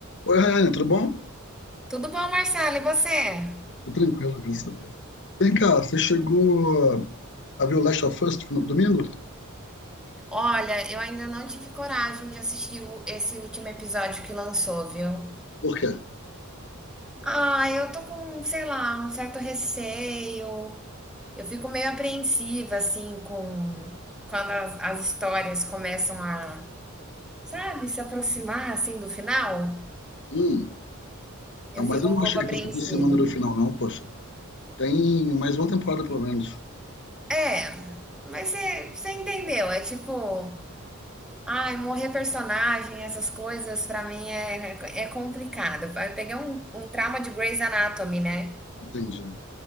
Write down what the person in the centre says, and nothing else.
Tudo bom, Marcelo? E você?
Olha, eu ainda não tive coragem de assistir o- esse último episódio que lançou, viu?
Ah, eu tô com, sei lá, um certo receio. Eu fico meio apreensiva, assim, com quando as, as histórias começam a, sabe, se aproximar, assim, do final.
Eu
fico
um
pouco
apreensiva.
É, mas você você entendeu? É tipo. Ai, morrer personagem, essas coisas, pra mim é, é complicado. Eu peguei um, um trauma de Grey's Anatomy, né?